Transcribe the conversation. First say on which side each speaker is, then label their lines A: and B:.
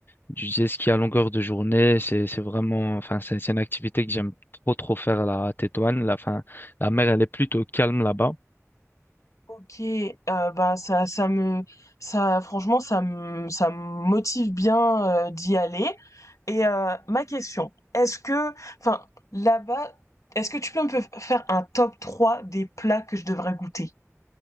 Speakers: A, on the left; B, on the left.
A: Du jet ski à longueur de journée, c'est c'est vraiment, enfin c'est c'est une activité que j'aime trop trop faire là, à Tétouan. La fin, la mer elle est plutôt calme là-bas.
B: Ok, euh, ben ça, ça me, ça, franchement, ça me, ça me motive bien euh, d'y aller. Et euh, ma question, est-ce que, enfin, là-bas, est-ce que tu peux me faire un top 3 des plats que je devrais goûter?